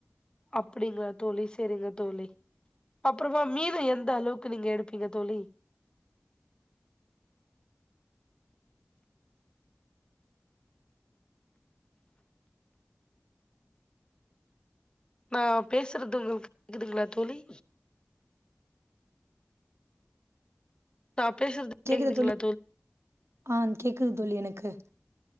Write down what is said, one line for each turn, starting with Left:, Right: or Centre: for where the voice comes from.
Left: அப்பிடிங்களா தோழி சரிங்க தோழி அப்புறமா மீது எந்த அளவுக்கு நீங்க எடுப்பிங்க தோழி நா பேசுறது உங்களுக்கு கேக்குதுங்ளா தோழி நா பேசுறது
Right: கேக்குது
Left: கேக்குதுங்களா
Right: தோழி ஆஹ் கேக்குது தோழி எனக்கு